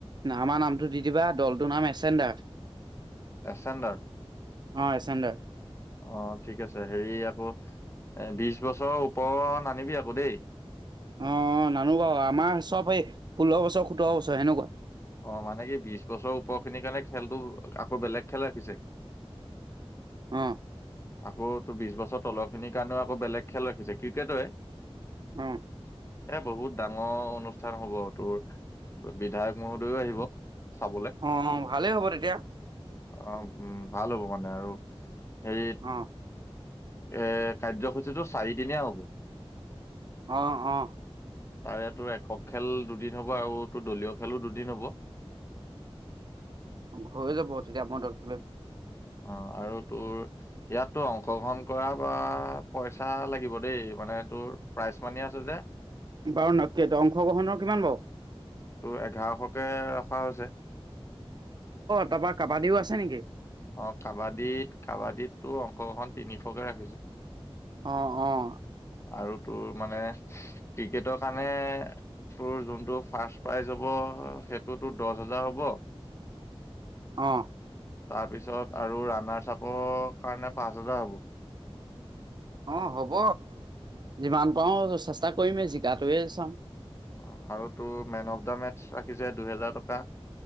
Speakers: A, on the right; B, on the left.
A: আমাৰ নামটো দি দিবা দল টোৰ নাম এচেণ্ডাৰ
B: এচেণ্ডাৰ
A: অ এচেণ্ডাৰ
B: অ ঠিক আছে হেৰি আকৌ এ বিশ বছৰৰ ওপৰৰ নানিবি আক দেই
A: অ নানো বাৰু আমাৰ চব সেই ষোল্ল বছৰ সোতৰ বছৰ সেনেকুৱা
B: অ মানে কি বিশ বছৰৰ ওপৰ খিনিৰ কাৰণে খেলটো আকৌ বেলেগ খেল ৰাখিছে
A: অ
B: আকৌ তো বিশ বছৰ তলৰ খিনিৰ কাৰণেও আকৌ বেলেগ খেল ৰাখিছে ক্ৰিকেটে হয়
A: অ
B: এ বহুত ডাঙৰ অনুষ্ঠান অনুষ্ঠান হ'ব তোৰ বিধায়ক মহোদয় ও আহিব চাবলে
A: অ অ ভালেই হ'ব তেতিয়া
B: আহ উম ভাল হ'ব মানে আৰু হেৰী
A: অ
B: এ কাৰ্যসূচী টো চাৰিদিনীয়া হ'ব
A: অ অ
B: তাৰে টো একক খেল দুদিন হ'ব আৰু টো দলীয় খেলো দুদিন হ'ব
A: হৈ যাব তেতিয়া মই দলটো লৈ
B: অ আৰু তোৰ ইয়াত তো অংশগ্ৰহণ কৰা বা পইচা লাগিব দেই মানে তোৰ প্ৰাইজ মানি আছে যে
A: বাৰু ন কে অংশগ্ৰহণৰ কিমান লৱ
B: তোৰ এঘাৰশকে ৰখা হৈছে
A: তা পা কাবাডী ও আছে নেকি
B: অ কাবাডীত কাবাডীটো অংশগ্ৰহণ তিনিশকে ৰাখিছোঁ
A: আহ অ
B: আৰু তোৰ মানে ক্ৰিকেটৰ কাৰণে তোৰ যোনটো ফাৰ্ষ্ট প্ৰাইজ হ'ব সেইটো তোৰ দচ হেজাৰ হ'ব
A: অ
B: তাৰ পিছত আৰু ৰানাৰ চাপৰ কাৰণে পাঁচ হেজাৰ হ'ব
A: অ হ'ব যিমান পাৰো চেষ্টা কৰিমেই জিকাটোৱে চাম
B: অ আৰু তোৰ মেন অফ দা মেথছ ৰাখিছে দুহেজাৰ টকা